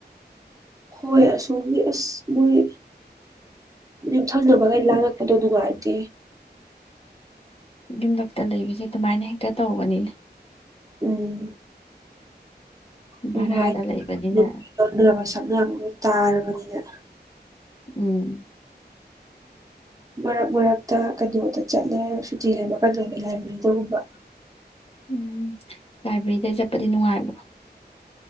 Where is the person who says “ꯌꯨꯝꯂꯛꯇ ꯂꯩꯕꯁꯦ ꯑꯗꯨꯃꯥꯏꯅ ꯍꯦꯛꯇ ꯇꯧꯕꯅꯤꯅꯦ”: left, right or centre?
Left